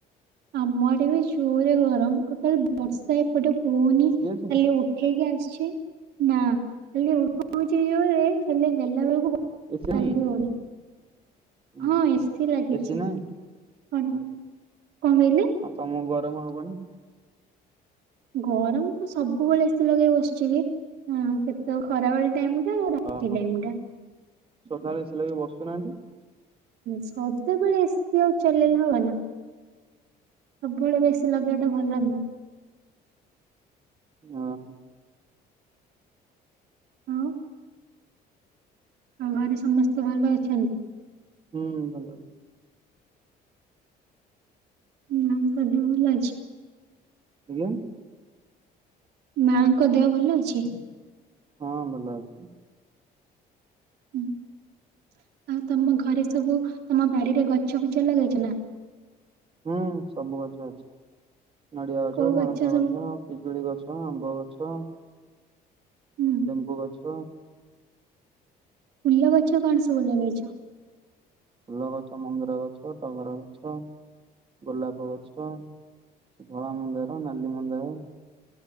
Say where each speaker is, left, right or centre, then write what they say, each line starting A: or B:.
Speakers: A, on the right; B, on the right.
A: ଆମ ଆଡେ ବି ଜୋରେ ଗରମ୍। ଟୋଟାଲ ବର୍ଷା ଏପଟେ ହଉନି
B: ଏସି
A: ଖାଲି
B: ଅଛି ନା
A: ଉଠେଇକି ଆସ ଅଛି ନା ଖାଲି ଉଠଉଛି ଜୋରେ ହେଲେ ହେ଼ଲା ବେଳକୁ
B: ଏସି ନାହିଁ
A: ଟାଙ୍ଗି ହଉନି।
B: ଉଁ
A: ହଁ
B: ହୁଁ
A: ଏସି ଲାଗିଛି
B: ଏସି
A: କଣ
B: ନାହିଁ
A: କଣ
B: ଉଁ ହୁଁ
A: କହିଲେ?
B: ଆଉ ତମକୁ ଗରମ ହବନି।
A: ଗରମ କୁ ସବୁବେଳେ ଏସିି ଲଗେଇ ବସିଛି କି କେତେ ଖରାବେଳେ ଟାଇମ ଟା ଆଉ ରାତି
B: ଓହୋ
A: ଟାଇମ୍ ଟା।
B: ସଦାବେଳେ ଏସି ଲଗେଇ ବସୁ ନାହାଁନ୍ତି।
A: ସଦାବେଳେ ଏସି ଆଉ ଚଲେଇଲେ ହବନି। ସବୁବେଳେ ବା ଏସି ଲଗେଇବା ଟା ଭଲ ନୁହଁ।
B: ଓହୋ।
A: ହୁଁ। ଆଉ ଘରେ ସମସ୍ତେ ଭଲ ଅଛନ୍ତି?
B: ହୁଁ ଭଲ ଅଛନ୍ତି।
A: ମାଆଙ୍କ ଦେହ ଭଲ ଅଛି?
B: ଆଜ୍ଞା?
A: ମାଆଙ୍କ ଦେହ ଭଲ ଅଛି?
B: ହଁ ଭଲ ଅଛି।
A: ହଁ ଆଉ ତମ ଘରେ ସବୁ ତମ ବାଡିରେ ଗଛ ବୁଛ ଲଗେଇଛ ନା?
B: ହୁଁ ସବୁ ଗଛ ଅଛି। ନଡିଆ ଗଛ,
A: କୋଉ
B: ପଣସ
A: ସବୁ?
B: ଗଛ, ପିଜୁଳି ଗଛ ହଁ ଆମ୍ୱ ଗଛ
A: ହୁଁ
B: ଲେମ୍ବୁ ଗଛ <inaudible>
A: ଫୁଲ ଗଛ କଣ ସବୁ ଲଗେଇଛ?
B: ଫୁଲ ଗଛ ମନ୍ଦାର ଗଛ, ଟଗର ଗଛ, ଗୋଲାପ ଗଛ, ଧଳା ମନ୍ଦାର, ନାଲି ମନ୍ଦାର,